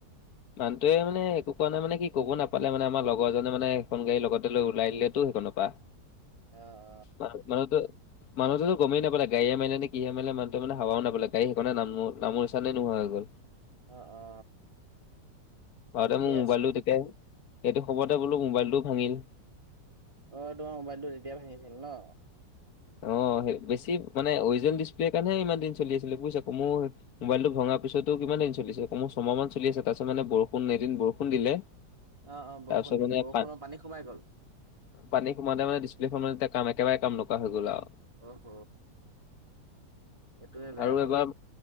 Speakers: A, on the left; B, on the right.
A: মানুহটোৱে মানে একো কোৱা নাই মানে কি ক'ব নাপালে মানে আমাৰ লগৰজনে মানে এখন গাড়ী লগতে লৈ ওলাই দিলেতো সেইখনৰ পৰা,
B: অহ
A: মা মানুহটোৰ মানুহতো গমেই নাপালে গাৰীয়ে মাৰিলে নে কিহে মাৰিলে মানুহটো মানে হাৱা নাপালে গাড়ী সেইকাৰনে নামো নামো নিছান নোহোৱা হৈ গ'ল
B: অ অ
A: হ‌ওতে
B: ঠিকেই
A: মোৰ মোবাইলটো
B: আছে
A: তেতিয়া সেইটো খবৰতে বোলো মোবাইলটো ভাঙিল
B: অ তোমাৰ মোবাইলটো তেতিয়াই ভাঙিছিল ন
A: অ, সেই বেছি মানে অৰিজেল ডিচপ্লেৰ কাৰণেহে ইমান দিন চলি আছিলে বুজিছ কমেও মোবাইলটো ভঙাৰ পিছতো কিমানদিন চলিছে কমেওঁ ছমাহ মান চলি আছে তাৰপিছত মানে বৰষুণ এদিন বৰষুণ দিলে
B: অ, অ,
A: তাৰপিছত
B: বৰষুণ দিলে
A: মানে
B: বৰষুণৰ
A: পা
B: পানী সোমাই গ'ল।
A: পানী সোমাওঁতে মানে ডিছপ্লেখন মানে কাম, একেবাৰে কাম নকৰা হৈ গ'ল আৰু।
B: অহ এইটোয়ে বেয়া
A: আৰু
B: হ'ল
A: এবাৰ